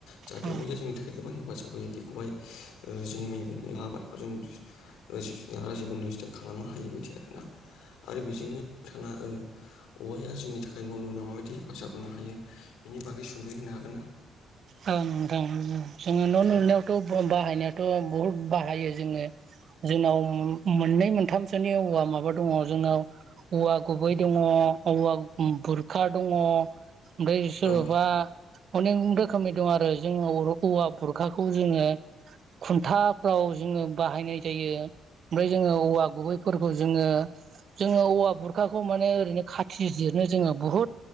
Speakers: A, on the left; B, on the right.
A: जाहाथे
B: ओं
A: औवाया जोंनि थाखाय गोबां हेफाजाब होयो बेखौहाय जोंनि मैगं आबादखौ जों जिब जुनारा जेबो नस्थ' खालामनो हायि बायदि आरोना आरो बेजोंनो नोंथाङा औवाया जोंनि थाखाय न' लुनायाव माबायदि हेफाजाब होनो हायो बेनि बागै सुंदै होनो हागोन ना
B: जोङो न' लुनायावथ'
A: औ
B: बा बाहायनायाथ' बहुत बाहायो जोङो जोंनाव मोननै मोनथामसोनि औवा माबा दङ जोंनाव औवा गुबै दङ औवा बुरखा दङ ओमफ्राय सोरबा
A: औ
B: अनेक रोखोमै दं आरो जोङो औवा बुरखाखौ जोङो खुन्थाफ्राव जोङो बाहायनाय जायो ओमफ्राय जोङो औवा गुबै फोरखौ जोङो जोङो औवा बुरखाखौ माने ओरैनो खाथि जिरनो जोङो बुहुद